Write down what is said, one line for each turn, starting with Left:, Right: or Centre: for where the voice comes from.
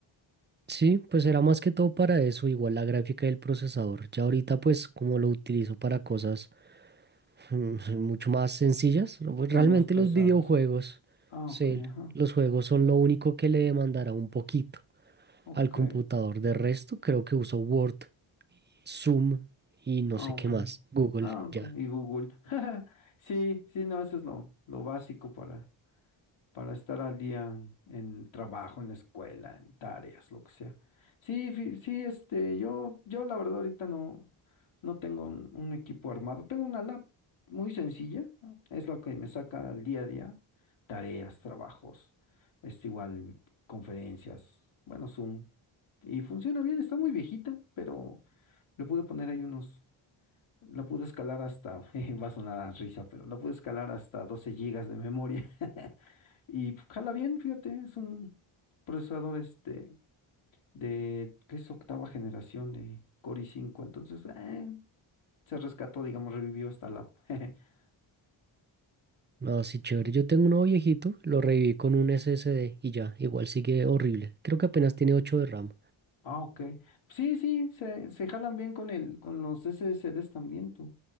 Right: Sí, pues era más que todo para eso, igual la gráfica y el procesador. Ya ahorita, pues, como lo utilizo para cosas mm, <laughs> mucho más sencillas, pues,
Left: Menos
Right: realmente
Left: pesadas.
Right: los videojuegos,
Left: Ah,
Right: sí,
Left: ok, ajá.
Right: los juegos son lo único que le demandará un poquito
Left: Ok.
Right: al computador. De resto, creo que uso Word Zoom y no
Left: Ah,
Right: sé
Left: ok.
Right: qué más. Google,
Left: Ah, ok.
Right: ya.
Left: Y Google. <laughs> Sí, sí, no, eso es lo, lo básico para, para estar al día en, en trabajo, en la escuela, en tareas, lo que sea. Sí, fi- sí, este, yo, yo la verdad ahorita no, no tengo un, un equipo armado. Tengo una lab muy sencilla, es la que me saca al día a día. Tareas, trabajos, este, igual, conferencias, bueno, Zoom. Y funciona bien, está muy viejita, pero le pude poner ahí unos. La pude escalar hasta, <laughs> jeje, va a sonar a risa, pero la pude escalar hasta 12 gigas de memoria. <laughs> Y pues, jala bien, fíjate, es un procesador este de que es octava generación de Core i5, entonces eh, se rescató, digamos, revivió esta lap. <laughs>
Right: No, sí, chévere. Yo tengo uno viejito, lo reviví con un SSD y ya, igual sigue horrible. Creo que apenas tiene 8 de RAM.
Left: Ah, ok. Sí, sí, se, se jalan bien con el, con los SSDs también tú.